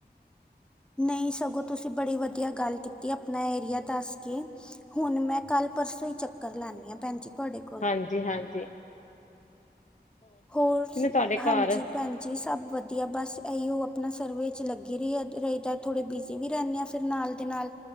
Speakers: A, in the centre; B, on the left.
A: ਨਹੀਂ ਸਗੋਂ ਤੁਸੀਂ ਬੜੀ ਵਧੀਆ ਗੱਲ ਕੀਤੀ ਆਪਣਾ ਏਰੀਆ ਦੱਸ ਕੇ ਹੁਣ ਮੈਂ ਕੱਲ ਪਰਸੋਂ ਹੀ ਚੱਕਰ ਲਾਦੀ ਭੈਣ ਜੀ। ਤੁਹਾਡੇ ਕੋਲ
B: ਹਾਂਜੀ-ਹਾਂਜੀ।
A: ਹੋਰ
B: ਤੁਹਾਡੇ
A: ਹਾਂਜੀ
B: ਘਰ
A: ਭੈਣ ਜੀ, ਸਭ ਵਧੀਆ ਬਸ ਇਹੀ ਹੋ ਆਪਣਾ ਸਰਵੇ ਚ ਲੱਗੀ ਰ ਰਹੀਦਾ ਥੋੜੇ ਬਿਜ਼ੀ ਵੀ ਰਹਿੰਦੇ ਆ, ਫਿਰ ਨਾਲ ਦੇ ਨਾਲ